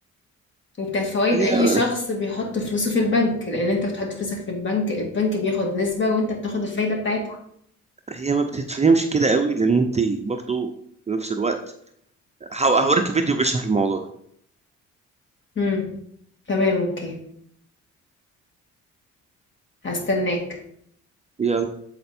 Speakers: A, on the left; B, on the right.
A: وبتاعت فوائد
B: هي
A: اي شخص بيحط فلوسه في البنك لان انت بتحط فلوسك في البنك البنك بياخد نسبة وانت بتاخد الفايدة بتاعتها
B: هي ما بتتفهمش كده قوي لان انت برضو في نفس الوقت هو- هوريك فيديو بيشرح الموضوع
A: امم تمام اوكي هستناك
B: ده